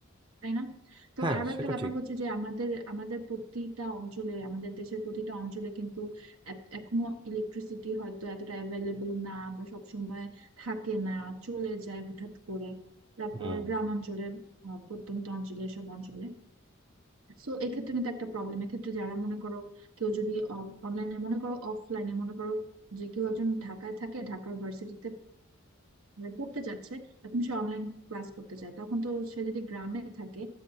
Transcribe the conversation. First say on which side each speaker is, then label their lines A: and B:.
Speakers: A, on the right; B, on the right.
A: তাই না তো
B: হ্যাঁ
A: আরো
B: সেটা
A: একটা ব্যাপার
B: ঠিক
A: হচ্ছে যে আমাদের আমাদের প্রতিটা অঞ্চলে আমাদের দেশের প্রতিটা অঞ্চলে কিন্তু এ- এখনো ইলেকট্রিসিটি হয়তো এতটা অ্যাভেলেবল না বা সবসময় থাকে না চলে যায় হঠাৎ করে তারপর
B: হুম
A: গ্রামাঞ্চলে আহ, প্রত্যন্ত অঞ্চলে এসব অঞ্চলে সো এক্ষেত্রে কিন্তু একটা প্রবলেম এক্ষেত্রে যারা মনে করো কেউ যদি অনলাইনে মনে করো অফলাইনে মনে করো যে কেউ একজন ঢাকায় থাকে ঢাকার ভার্সিটিতে পড়তে যাচ্ছে এখন সে অনলাইন ক্লাস করতে চায় তখন তো সে যদি গ্রামে থাকে